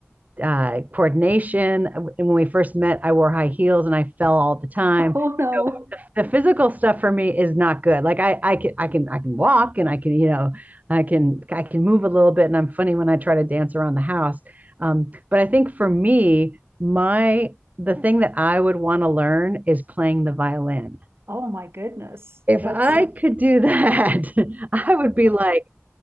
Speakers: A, on the right (about 35°); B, on the right (about 65°).
A: uh, coordination and when we first met i wore high heels and i fell all the time
B: <laughs> Oh no.
A: the physical stuff for me is not good. Like I, I can, I can, I can walk and I can, you know, I can, I can move a little bit and I'm funny when I try to dance around the house. Um, but I think for me, my, the thing that I would want to learn is playing the violin.
B: Oh my goodness.
A: If
B: That's
A: I could do that, <laughs> I would
B: yeah,
A: be like,